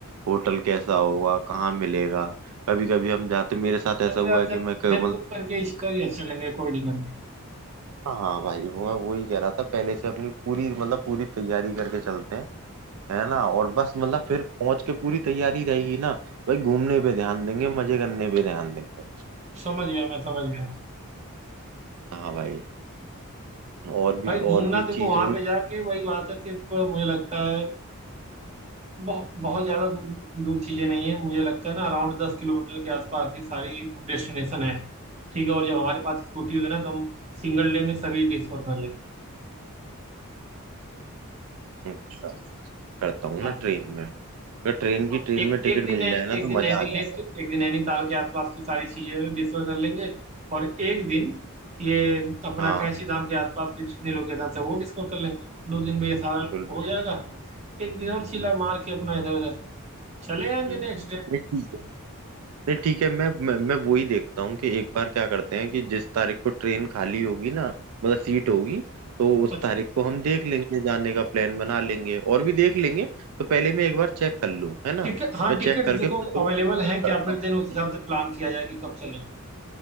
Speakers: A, on the right; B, on the right.
A: होटल कैसा होगा कहाँ मिलेगा कभी कभी हम जाते मेरे साथ ऐसा
B: चलो
A: हुआ
B: यार
A: है कि
B: दिन
A: मैं क-
B: दिन
A: मतलब
B: बुक करके इसका ही चलेंगे कोई दिक्कत नहीं
A: हाँ भाई वो मैं वही कह रहा था पहले से अपनी पूरी मतलब पूरी तैयारी करके चलते हैं है ना और बस मतलब फिर पहुंच के पूरी तैयारी रहेगी ना भाई घूमने पे ध्यान देंगे मजे करने पे ध्यान देंगे
B: समझ गया मैं समझ गया
A: हाँ भाई और भी
B: भाई घूमना
A: और भी
B: देखो
A: चीज
B: वहां
A: होंगी
B: पे जाके वही बात है सिर्फ मुझे लगता है बहुत बहुत ज्यादा दूर दूर चीजें नहीं है मुझे लगता है ना अराउंड दस किलोमीटर के आसपास ही सारी डेस्टिनेशन है ठीक है और जब हमारे पास स्कूटी होगी ना तो हम सिंगल डे में सभी डिस्कवर कर लेंगे
A: अच्छा, करता हूँ
B: हाँ
A: ना ट्रेन में अगर ट्रेन की
B: और
A: ट्रेन
B: एक
A: में टिकट
B: एक दिन
A: मिल
B: नैन,
A: जाए ना
B: एक दिन
A: तो मजा
B: नैनी
A: आ
B: लेक
A: जाएगा
B: के एक दिन नैनीताल के आसपास की सारी चीजें डिस्कवर कर लेंगे और एक दिन ये अपना
A: हाँ
B: कैंची धाम के आसपास के जितने लोकेशन है वो डिस्कवर कर लेंगे दो दिन में ये सारा
A: बिल्कुल
B: हो
A: बिल्कुल
B: जाएगा एक दिन और चिल्ला मार के अपना इधर उधर चले
A: हम्म,
B: आएंगे नेक्स्ट
A: नहीं, ठीक है नहीं ठीक है मैं मैं, मैं वही देखता हूँ कि एक बार क्या करते हैं कि जिस तारीख को ट्रेन खाली होगी ना मतलब सीट होगी तो उस
B: अच्छा
A: तारीख को हम देख लेंगे जाने का प्लान बना लेंगे और भी देख लेंगे तो पहले मैं एक बार चेक कर लूँ है ना
B: टिकट हाँ
A: मैं
B: टिकट
A: चेक करके
B: देखो
A: फिर तुम्हें
B: अवेलेबल
A: कॉल
B: है
A: बैक
B: क्या
A: करता
B: फिर
A: हूँ
B: देन उस हिसाब से प्लान किया जाए कि कब चलें